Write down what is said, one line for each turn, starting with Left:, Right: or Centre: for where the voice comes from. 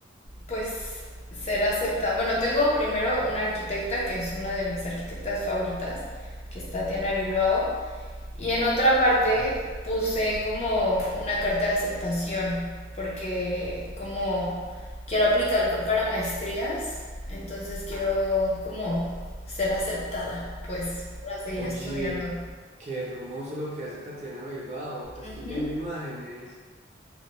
Left: pues ser aceptada. Bueno, tengo primero una arquitecta que es una de mis arquitectas favoritas, que es Tatiana Bilbao, y en otra parte puse como una carta de aceptación, porque como quiero aplicar para maestrías, entonces quiero como ser aceptada, pues, para seguir
Right: Oye,
Left: estudiando.
Right: qué hermoso lo que hace Tatiana Bilbao. Acá estoy
Left: Ujú.
Right: viendo imágenes.